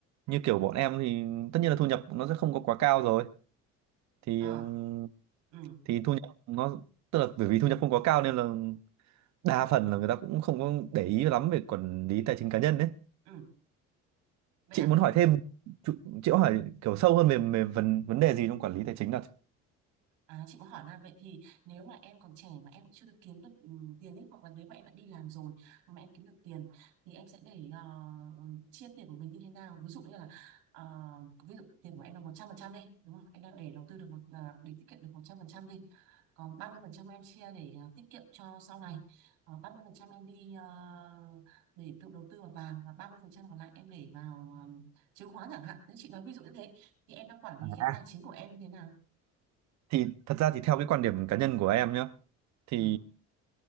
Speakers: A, on the right (about 60°); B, on the right (about 85°).
A: như kiểu bọn em thì tất nhiên là thu nhập nó sẽ không có quá cao rồi thì ừm,
B: à ừ
A: thì thu nhập nó tức là bởi vì thu nhập không quá cao nên là đa phần là người ta cũng không có để ý lắm về quản lý tài chính cá nhân đấy
B: ừ vậy
A: chị
B: à
A: muốn hỏi thêm chị chị có hỏi kiểu sâu hơn về, về vấn vấn đề gì trong quản lý tài chính nào
B: À, chị muốn hỏi là vậy thì nếu mà em còn trẻ mà em cũng chưa được kiếm được ừm, tiền ấy hoặc là nếu mà em đã đi làm rồi mà em kiếm được tiền thì em sẽ để ờ, chia tiền của mình như thế nào ví dụ như là ờ, ví dụ tiền của em là 100% đi đúng không em đang để đầu tư được một là để tiết kiệm được 100% đi còn 30% em chia để ờ, tiết kiệm cho sau này Ờ, 30% em đi ờ, để tự đầu tư vào vàng và 30% còn lại em để vào ờ, chứng khoán chẳng hạn nếu chị nói ví dụ như thế thì em đang quản
A: À,
B: lý cái tài chính của em như thế nào
A: thì thật ra thì theo cái quan điểm cá nhân của em nhá thì
B: ừ